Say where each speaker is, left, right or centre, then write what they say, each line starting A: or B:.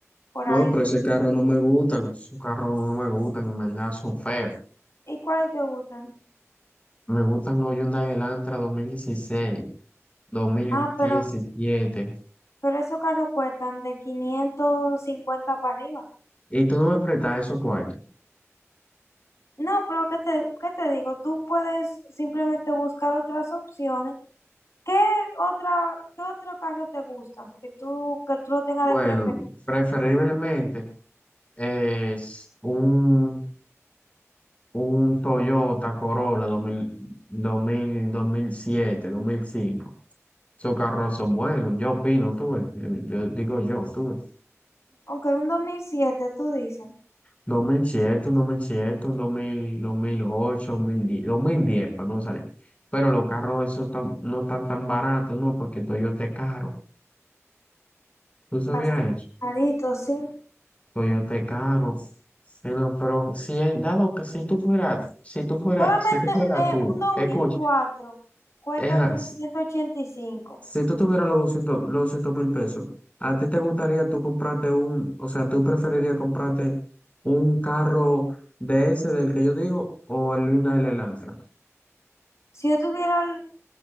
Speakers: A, on the left; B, on the left.
A: por
B: No,
A: ahí.
B: pero ese carro no me gustan. Esos carros no me gustan, en verdad, son feos.
A: ¿Y cuáles te gustan?
B: Me gustan los Hyundai Elantra dos dos mil dieciséis dos mil
A: Ah,
B: diecisiete
A: pero, pero esos carros cuestan de 550 para arriba.
B: ¿Y tú no me prestas esos cuartos?
A: No, pero ¿qué te, qué te digo? Tú puedes simplemente buscar otras opciones. ¿Qué otra, qué otro carro te gustan? Que tú, que tú lo tengas
B: Bueno,
A: de preferencia.
B: preferiblemente es un, un Toyota Corolla dos dos dos mil mil mil siete dos mil cinco Esos carros son buenos, yo opino, tú ves, eh, yo digo yo, tú ves.
A: Aunque un 2007 tú dices.
B: dos mil siete un 2007, un 2000, dos mil ocho, dos mil diez dos mil diez, para no salir. Pero los carros esos tan- no están tan baratos, ¿no? Porque Toyota es caro. ¿Tú sabías
A: Bastante
B: eso?
A: carito, sí.
B: Coyote caro. Bueno, pero si en dado que si tú fueras, si tú fueras,
A: Solamente
B: si tú fueras
A: eh,
B: tú,
A: un dos
B: escucha,
A: mil cuatro cuesta
B: ejá,
A: 385.
B: si si tú tuvieras los doscientos los doscientos mil pesos, ¿a ti te gustaría tú comprarte un, o sea, tú preferirías comprarte un carro de ese del que yo digo o el Hyundai Elantra?
A: Si yo tuviera el-